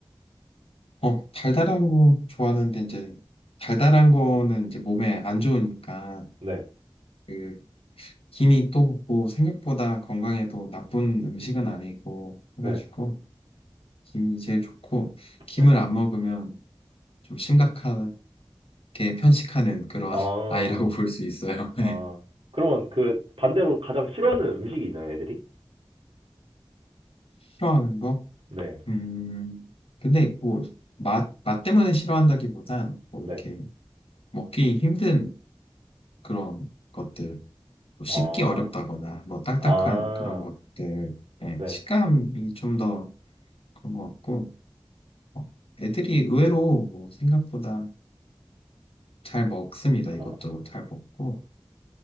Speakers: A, on the left; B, on the right.
A: 어, 달달한 거 좋아하는데 이제 달달한 거는 이제 몸에 안 좋으니까
B: 네.
A: 그 김이 또 뭐 생각보다 건강에도 나쁜 음식은 아니고 해가지고
B: 네.
A: 김이 제일 좋고 김을
B: 네.
A: 안 먹으면 좀 심각하게 편식하는 그런
B: 아.
A: <laughs> 아이라고 볼 수 있어요.
B: 아.
A: <laughs> 네.
B: 그러면 그 반대로 가장 싫어하는 음식이 있나요, 애들이?
A: 싫어하는 거?
B: 네.
A: 음, 근데 뭐 맛, 맛 때문에 싫어한다기보단 뭐
B: 네.
A: 이렇게 먹기 힘든 그런 것들. 뭐
B: 아.
A: 씹기 어렵다거나 뭐 딱딱한
B: 아.
A: 그런 것들 예,
B: 네.
A: 식감이 좀 더 그런 것 같고 어, 애들이 의외로 뭐 생각보다 잘 먹습니다
B: 아.
A: 이것저것 잘 먹고